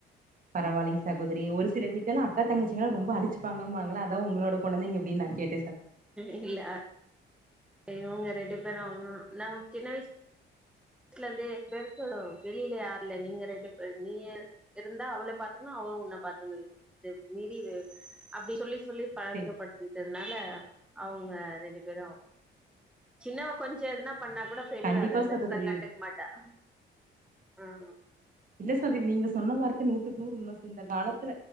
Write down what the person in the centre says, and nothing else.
இல்ல இவுங்க ரண்டு பேரும் நம் சின்ன வயசு வீட்ல இருந்து <unintelligible> வெளியில இல்ல நீங்க ரெண்டு பே நீ இருந்தா அவள பாத்துக்கனு அவ உன்ன பாத்துக்கனு இத மீறி அப்படி சொல்லி சொல்லி பழக்கப்படுத்திட்டதுனால
அவுங்க ரெண்டு பேரும் சின்னவன் கொஞ்சம் எதுனா பண்ணா கூட பெரிய
அத
அத கண்டுக்க மாட்டான் ம் ஹு